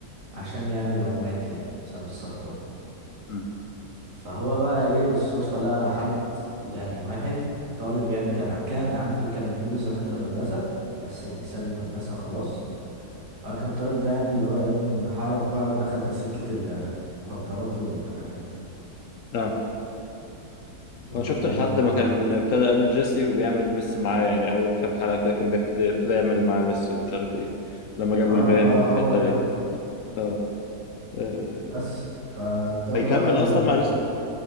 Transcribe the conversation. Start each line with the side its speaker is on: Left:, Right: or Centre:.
Right: عشان يعني لو مات يعني بسبب السرطان
Left: مم.
Right: فهو بقى ايه بالصدفة لقى حد يعني واحد طالب يعني كان ع- كان عنده كان بيديله زمان في المدرسة بس يعني ساب المدرسة خلاص فكان الطالب ده يعني اللي هو ايه انحرف بقى ودخل في سكة المخدرات والحاجات دي
Left: اه
Right: وال-
Left: انا شفت
Right: والممنوعات
Left: لحد ما كان ابتدى قابل جيسي وبيعمل مس معاه يعني اول كام حلقة كده كان بيبتدي ابتدى يعمل معاه مس ومش عارف ايه لما جابوا
Right: اه
Left: الفان
Right: اه
Left: والحتة
Right: هو ده
Left: دي اه آه.
Right: بس فابتدوا
Left: هيكمل
Right: بقى ال...
Left: اصلا مع جيسي